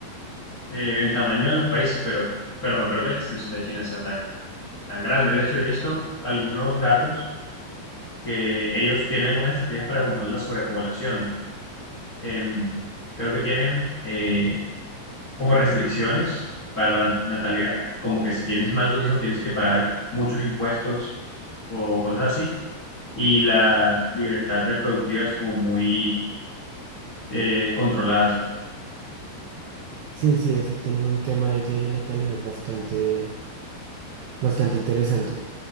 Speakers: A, on the left; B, on the right.
A: eh, el tamaño de los países, pero, pero no creo que la extensión de China sea tan, tan grande. De hecho, he visto algunos datos que ellos tienen algunas estrategias para controlar la sobrepoblación. Em, creo que tienen eh, como restricciones para la natalidad, como que si tienes más de un hijo tienes que pagar muchos impuestos o cosas así, y la libertad reproductiva es como muy eh, controlada, ¿sabes?
B: Sí, sí, esos tienen un tema ahí de natalidad bastante, bastante interesante.